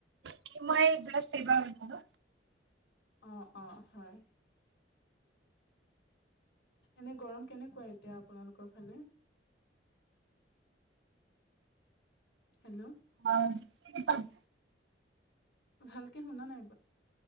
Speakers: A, on the right; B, on the left.
A: কি মই এই জাষ্ট এইবাৰ ওলালো।
B: অঁ অঁ হয়। এনেই গৰম কেনেকুৱা এতিয়া আপোনালোকৰ ফালে? হেল্লৌ'
A: অঁ'
B: ভালকে শুনা নাই।